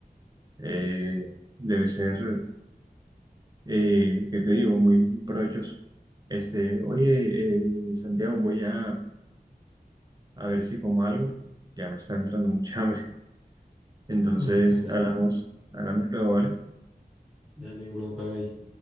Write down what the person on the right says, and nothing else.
eh, debe ser, eh, ¿qué te digo? Muy, muy provechoso. Este, oye, eh, Santiago, voy a, a ver si como algo. Ya me está entrando mucha <laughs> hambre. Entonces,
hablamos, hablamos luego, ¿vale?